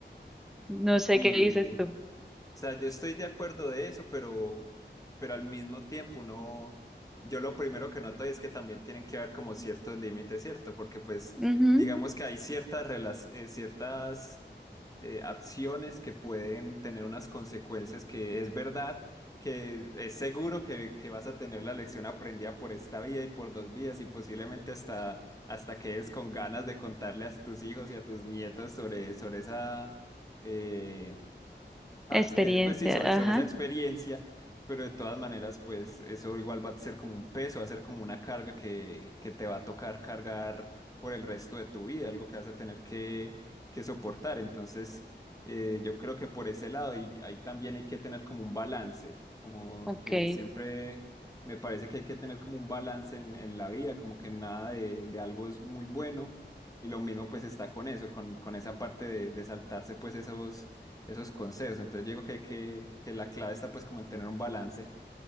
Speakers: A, in the centre; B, on the left.
A: No sé
B: Y,
A: qué dices tú.
B: o sea, yo estoy de acuerdo de eso, pero, pero al mismo tiempo no, yo lo primero que noto es que también tienen que haber como ciertos límites, ¿cierto? Porque pues
A: Ujú,
B: digamos que hay ciertas, rela- eh, ciertas eh, acciones que pueden tener unas consecuencias que es verdad, que es seguro que, que vas a tener la lección aprendida por esta vía y por dos vías y posiblemente hasta, hasta quedes con ganas de contarle a tus hijos y a tus nietos sobre, sobre esa... eh, ax-
A: Experiencia,
B: eh, Pues sí, sobre, sobre
A: ajá,
B: esa experiencia, pero de todas maneras, pues eso igual va a ser como un peso, va a ser como una carga que, que te va a tocar cargar por el resto de tu vida, algo que vas a tener que, que soportar. Entonces, eh, yo creo que por ese lado y ahí también hay que tener como un balance, como
A: ok.
B: que siempre me parece que hay que tener como un balance en, en la vida, como que nada de, de algo es muy bueno. Y lo mismo pues está con eso, con, con esa parte de, de saltarse pues esos esos consejos. Entonces yo digo que hay que, que la clave está pues como en tener un balance.